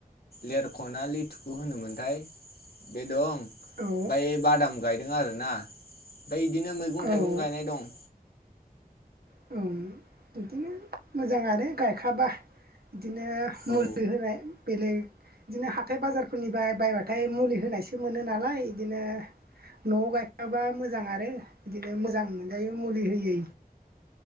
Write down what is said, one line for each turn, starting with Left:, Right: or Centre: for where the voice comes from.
Left: लेरखना लिथुखौ होनोमोनथाय बे दं ओमफ्राय
Right: औ
Left: बादाम गायदों आरोना। ओमफ्राय बिदिनो मैगं
Right: औ
Left: थाइगं
Right: औ
Left: गायनाय दं।
Right: औ बिदिनो मोजां आरो गायखाबा बिदिनो मुलि
Left: औ
Right: होनाय बेलेग बिदिनो हाथाय बाजारफोरनिफ्राय बायबाथाय मुलि होनायसो मोनो नालाय बिदिनो न'आव गायखाबा मोजां आरो बिदिनो मोजां मोनजायो मुलि होयै।